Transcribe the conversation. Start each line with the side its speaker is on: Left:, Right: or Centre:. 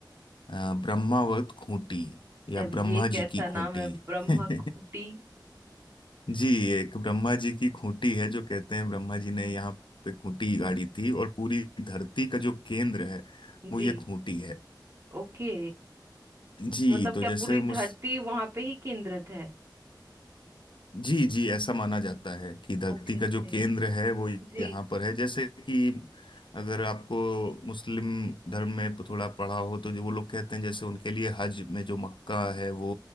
Left: अ, ब्रह्मावर्त खूंटी या
Right: अब ये
Left: ब्रह्मा
Right: कैसा
Left: जी की
Right: नाम
Left: खूंटी
Right: है ब्रह्मकुटी
Left: <laughs> जी एक ब्रह्मा जी की खूंटी है जो कहते हैं ब्रह्मा जी ने यहाँ पे खूंटी गाड़ी थी और पूरी धरती का जो केंद्र है वो
Right: जी
Left: ये खूंटी है
Right: ओके
Left: जी
Right: मतलब
Left: तो
Right: क्या
Left: जैसे
Right: पूरी धरती
Left: मुझ
Right: वहां पे ही केंद्रित है
Left: जी जी ऐसा माना जाता है कि धरती
Right: Okay
Left: का
Right: okay
Left: जो केंद्र है वो यहाँ
Right: जी
Left: पर है जैसे कि अगर आपको मुस्लिम धर्म में तो थोड़ा पढ़ा हो तो जो वो लोग कहते हैं जैसे उनके लिए हज में जो मक्का है वो